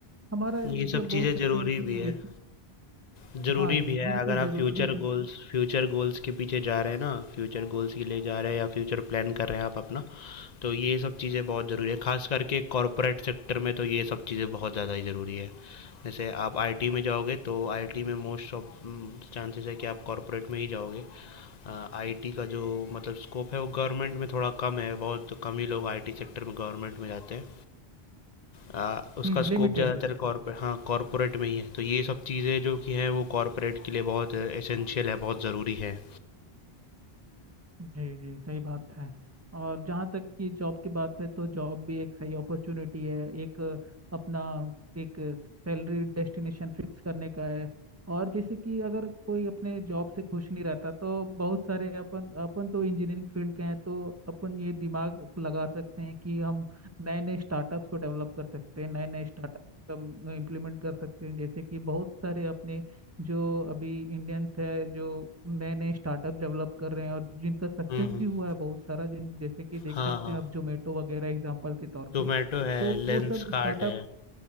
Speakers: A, on the right; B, on the left.
A: हमारा
B: ये
A: जो
B: सब चीज़ें
A: बोल सकते
B: ज़रूरी
A: हैं कि
B: भी है
A: बेसिक
B: ज़रूरी
A: हाँ
B: भी
A: जी
B: है
A: बिल्कुल
B: अगर आप
A: जरूरी
B: फ्यूचर
A: है
B: गोल्स फ्यूचर गोल्स के पीछे जा रहे हैं ना फ्यूचर गोल्स के लिए जा रहे हैं या फ्यूचर प्लान कर रहे हैं आप अपना तो ये सब चीज़ें बहुत ज़रूरी है खास करके कॉरपोरेट सेक्टर में तो ये सब चीज़ें बहुत ज़्यादा ही ज़रूरी है जैसे आप आईटी में जाओगे तो आईटी में मोस्ट ऑफ चांसेस है कि आप कॉरपोरेट में ही जाओगे आईटी का जो मतलब स्कोप है वो गवर्नमेंट में थोड़ा कम है बहुत कम ही लोग आईटी सेक्टर में गवर्नमेंट में जाते हैं आ, उसका
A: हम्म
B: स्कोप
A: लिमिटेड
B: ज़्यादातर
A: है
B: कॉर्पोरेट हाँ कॉर्पोरेट में ही है तो ये सब चीज़ें जो कि हैं वो कॉर्पोरेट के लिए बहुत एसेंशियल है बहुत ज़रूरी है
A: जी जी सही बात है और जहाँ तक कि जॉब की बात है तो जॉब भी एक सही अपॉर्चुनिटी है एक अ, अपना एक सैलरी डेस्टिनेशन फिक्स करने का है और जैसे कि अगर कोई अपने जॉब से खुश नहीं रहता तो बहुत सारे अपन अपन तो इंजीनियरिंग फील्ड के हैं तो अपन ये दिमाग लगा सकते हैं कि हम नए नए स्टार्टअप्स को डेवलप कर सकते हैं नए नए स्टार्टअप हम इम्प्लीमेंट कर सकते हैं जैसे कि बहुत सारे अपने जो अभी इंडियंस है जो नए नए स्टार्टअप डेवलप कर रहे हैं और जिनका सक्सेस
B: हम्म हम्म,
A: भी हुआ है बहुत सारा जिन जैसे कि देख
B: हाँ
A: सकते
B: हाँ
A: हैं अब जोमेटो वगैरह एग्जांपल के तौर
B: जोमेटो
A: पे
B: है
A: तो
B: लेंस
A: वो सब
B: कार्ट
A: स्टार्टअप
B: है